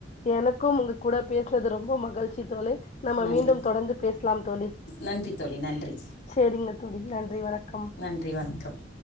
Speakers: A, on the left (about 35°); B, on the left (about 60°).
A: எனக்கும் உங்க கூட பேசுனது ரொம்ப மகிழ்ச்சி தோலே நம்ம
B: நன்றி
A: மீண்டும் தொடர்ந்து பேஸ்லாம் தோழி
B: நன்றி தோழி நன்றி
A: செரிங்க தோழி நன்றி வணக்கம்
B: நன்றி வணக்கம்